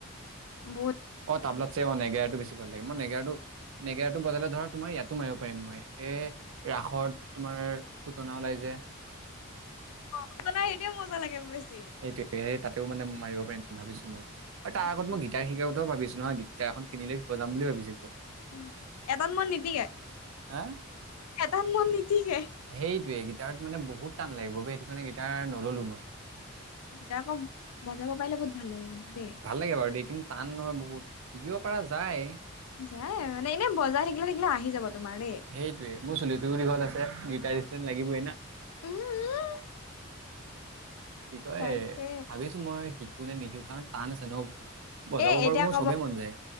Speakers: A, on the left; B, on the right.
A: বহুত।
B: তাবলাতছে অ', নেগেৰাটো বেছি ভাল লাগে। মই নেগেৰাটো-নেগেৰাটো, বজালে ধৰা তোমাৰ ইয়াত টো, মাৰিব পাৰিম মই। এই ৰাসত, তোমাৰ পুতনা ওলাই যে।
A: আপোনাৰ <inaudible>
B: সেইটোৱে, সেই তাতেও মানে, মাৰিব পাৰিম ভাবিছো মই। আৰু তাৰ
A: উম
B: আগত মই, গিটাৰ শিকাৰ কথাও ভাবিছো। নহয়, গীতাৰ এখন কিনি লৈ, বজাম বুলি ভাবিছিলোঁ।
A: উম, এটাত মন নিটিকে।
B: হা
A: এটাত মন নীতিকে।
B: সেইটোৱে গীটাৰত মানে বহুত টান লাগিব বে', সেইটো কাৰণে গীতাৰ নল'লো মই।
A: গীতাৰ আকৌ বজাব পাৰিলে বহুত ভাল লাগে কিন্তু দেই
B: ভাল লাগে বাৰু দেই, কিন্তু টান নহয় বহুত, শিকিব পৰা যায়।
A: যাই আৰু মানে এনেই বজাৰ থাকিলে থাকিলে আহি যাব তোমাৰ দেই
B: সেইটোৱে মোৰ চুলিটোও দীঘল আছে গিটাৰষ্টেন্ত লাগিবই না।
A: উম উম
B: কি কয়,
A: তাকে
B: ভাবিছো মই শিকো নে নিশিকো কাৰণ টান আছে ন বহুত
A: এ,
B: বজাব
A: এতিয়া
B: বাৰু মোৰ
A: কব,
B: চবেই মন যায়